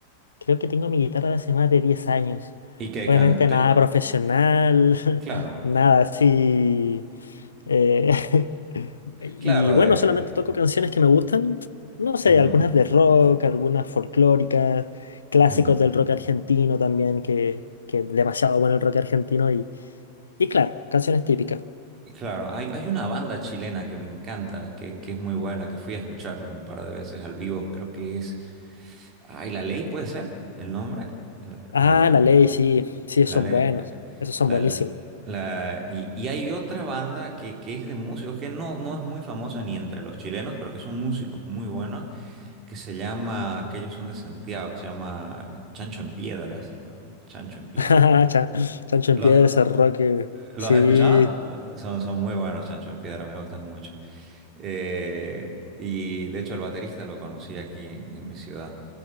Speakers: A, on the left (about 70°); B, on the right (about 30°).
A: Creo que tengo mi guitarra de hace más de 10 años.
B: Y que
A: Obviamente
B: can-
A: nada profesional,
B: claro,
A: <laughs> nada así. eh, <laughs> y
B: claro,
A: bueno,
B: de,
A: solamente toco canciones que me gustan. No sé,
B: ujú,
A: algunas de rock, algunas folclóricas, clásicos
B: ujú.
A: del rock argentino también, que, que es demasiado bueno el rock argentino y claro, canciones típicas.
B: Claro, hay, hay una banda chilena que me encanta, que, que es muy buena, que fui a escucharlos un par de veces al vivo, creo que es, ay, La Ley puede ser el nombre, la,
A: Ah,
B: la,
A: La Ley, sí, sí, esos
B: la
A: son
B: Ley,
A: buenos. Esos son
B: la,
A: buenísimos.
B: la- y, y hay otra banda que, que es de músicos que no, no es muy famosa ni entre los chilenos, pero que son músicos muy buenos, que se llama, que ellos son de Santiago, que se llama Chancho en Piedra, se llama, Chancho en Piedra.
A: <laughs> Chan- Chancho
B: ¿Los,
A: en piedra, ese Roque.
B: los
A: Sí,
B: has escuchado? Lo- Son, son muy buenos Chancho en Piedra, me gustan mucho. Eh, y de hecho el baterista lo conocí aquí en, en mi ciudad.